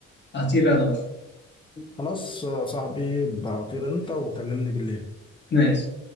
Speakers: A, on the left; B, on the left.
A: هطير انا بقى
B: خلاص يا صاحبي بطير انت وكلمني بالليل
A: ماشي